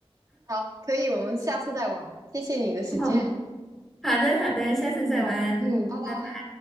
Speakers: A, on the right; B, in the centre.
A: 好，可以，我们下次再玩。谢谢你的时间。
B: 哦，好的好的，
A: <laughs>
B: 下次再玩，
A: 啊，嗯嗯，拜拜。
B: 拜拜。